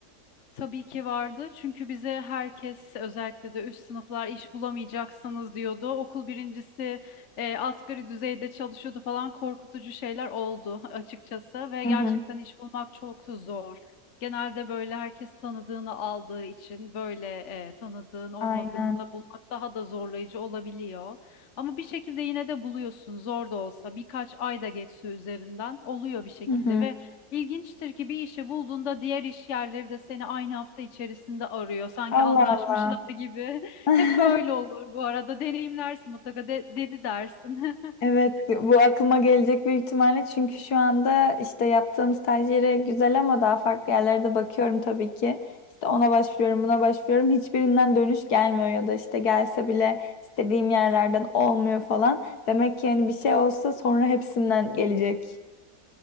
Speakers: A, on the left; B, on the left.
A: Tabii ki vardı. Çünkü bize herkes özellikle de üst sınıflar iş bulamayacaksınız diyordu. Okul birincisi e, asgari düzeyde çalışıyordu falan korkutucu şeyler oldu açıkçası ve
B: Hı
A: gerçekten
B: hı.
A: iş bulmak çok zor. Genelde böyle herkes tanıdığını aldığı için böyle e, tanıdığın olmadığında
B: Aynen.
A: bulmak daha da zorlayıcı olabiliyor. Ama bir şekilde yine de buluyorsun zor da olsa birkaç ay da geçse üzerinden oluyor bir şekilde
B: Hı hı.
A: ve İlginçtir ki bir işi bulduğunda diğer iş yerleri de seni aynı hafta içerisinde arıyor. Sanki
B: Allah
A: anlaşmışlar
B: Allah.
A: gibi. <laughs>
B: <laughs>
A: Hep böyle olur bu arada. Deneyimlersin mutlaka de- dedi dersin. <laughs>
B: Evet, bu aklıma gelecek büyük ihtimalle çünkü şu anda işte yaptığım staj yeri güzel ama daha farklı yerlere de bakıyorum tabii ki. İşte ona başvuruyorum, buna başvuruyorum. Hiçbirinden dönüş gelmiyor ya da işte gelse bile istediğim yerlerden olmuyor falan. Demek ki hani bir şey olsa sonra hepsinden gelecek.